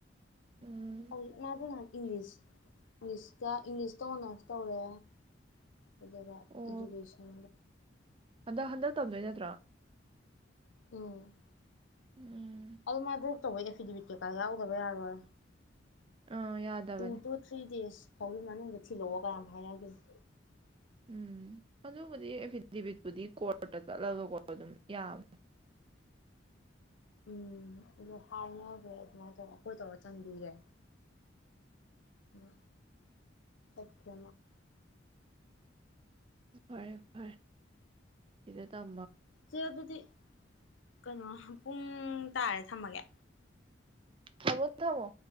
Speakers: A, on the right (about 30°); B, on the left (about 80°).
A: ꯎꯝ
B: ꯍꯧꯖꯤꯛ ꯃꯥꯗꯨ ꯏꯪꯂꯤꯁ ꯏꯪꯂꯤꯁꯇ ꯏꯪꯂꯤꯁꯇ ꯑꯣꯅꯔ꯭ꯁ ꯇꯧꯔꯦ ꯑꯗꯨꯗꯕ
A: ꯑꯣ
B: ꯏꯗꯨꯨꯀꯦꯁꯟ
A: ꯍꯟꯗꯛ ꯍꯟꯗꯛ ꯇꯝꯗꯣꯏ ꯅꯠꯇ꯭ꯔꯥ
B: ꯎꯝ
A: ꯎꯝ
B: ꯑꯗꯨ ꯃꯥ ꯗ꯭ꯔꯣꯞ ꯇꯧꯕꯩ ꯑꯦꯐꯤꯗꯦꯕꯤꯠ ꯀꯩꯀꯥ ꯌꯥꯎꯗꯕ ꯌꯥꯔꯣꯏ
A: ꯑꯥ ꯌꯥꯗꯕꯅꯦ
B: ꯇꯨ ꯇꯨ ꯊ꯭ꯔꯤ ꯗꯦꯁ ꯐꯧꯒꯤ ꯃꯅꯨꯡꯗ ꯊꯤꯜꯂꯛꯑꯣ ꯀꯥꯏꯌꯥꯝ ꯍꯥꯏꯅꯒꯤꯝꯅꯤ
A: ꯎꯝ ꯑꯗꯨꯕꯨꯗꯤ ꯑꯦꯐꯤꯗꯦꯚꯤꯠꯄꯨꯗꯤ ꯀꯣꯔꯠꯇ ꯆꯠꯂꯒꯀꯣ ꯑꯗꯨꯝ ꯌꯥꯕꯅꯦ
B: ꯎꯝ ꯑꯗꯨ ꯍꯥꯏꯅꯈ꯭ꯔꯦ ꯑꯗꯨꯃꯥꯏꯅ ꯇꯧꯔ ꯑꯩꯈꯣꯏ ꯇꯧꯔ ꯆꯪꯕꯤꯔꯦ ꯎꯝ ꯆꯠꯈꯦ
A: ꯐꯔꯦ ꯐꯔꯦ ꯁꯤꯗ ꯇꯝ
B: ꯆꯦ ꯑꯗꯨꯗꯤ ꯀꯩꯅꯣ ꯄꯨꯡ ꯇꯥꯔꯦ ꯊꯝꯃꯒꯦ
A: ꯊꯝꯃꯣ ꯊꯝꯃꯣ